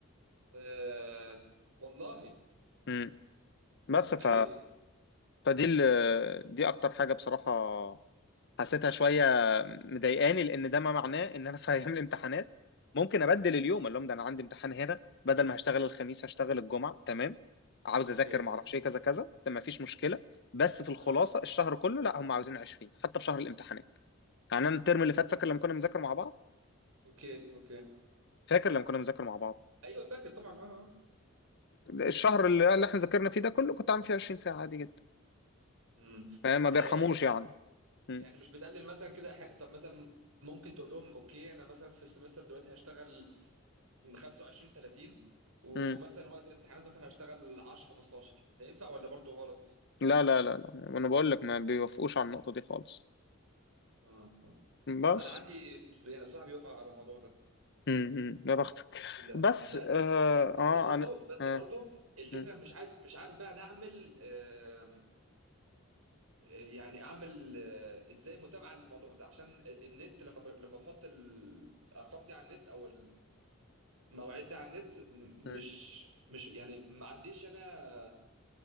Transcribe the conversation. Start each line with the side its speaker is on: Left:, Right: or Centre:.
Right: أه والله
Left: مم. بس
Right: اوكي
Left: ف فدي ال... دي اكتر حاجه بصراحه حسيتها شويه مضايقاني لان ده ما معناه ان انا <laughs> في ايام الامتحانات ممكن ابدل اليوم اللي هم ده انا عندي امتحان هنا بدل ما هشتغل الخميس هشتغل الجمعه تمام عاوز
Right: اوكي
Left: اذاكر ما اعرفش ايه كذا كذا ده ما فيش مشكله بس في الخلاصه
Right: امم
Left: الشهر كله لا هم عاوزين 20 حتى في شهر الامتحانات يعني انا الترم اللي فات فاكر لما كنا بنذاكر مع بعض
Right: اوكي اوكي
Left: فاكر لما كنا بنذاكر مع بعض
Right: ايوه فاكر طبعا اه اه
Left: الشهر اللي اللي احنا ذاكرنا فيه ده كله كنت عامل فيه 20 ساعه عادي جدا
Right: امم
Left: فما
Right: بس
Left: بيرحموش
Right: آه،
Left: يعني مم.
Right: يعني مش بتقلل مثلا كده أحيان- طب مثلا ممكن تقول لهم اوكي انا مثلا في السمستر دلوقتي هشتغل 25 30 ومثلا
Left: مم.
Right: وقت الامتحانات مثلا هشتغل 10 15 ده ينفع ولا برضو غلط
Left: لا لا لا لا انا بقول لك ما بيوافقوش على النقطة دي خالص
Right: اه آه.
Left: بس
Right: انا عندي يعني بصراحه بيوافق على الموضوع ده
Left: امم يا بختك
Right: كلها
Left: بس
Right: بس
Left: اه,
Right: بس
Left: آه
Right: برضو
Left: انا
Right: بس
Left: آه.
Right: برضو الفكره
Left: مم.
Right: مش عايز مش عارف بقى نعمل آم، آه، يعني اعمل آه، ازاي متابعه للموضوع ده عشان النت لما ب... لما بحط الارقام دي على النت او المواعيد دي على النت م-
Left: مم.
Right: مش مش يعني ما عنديش انا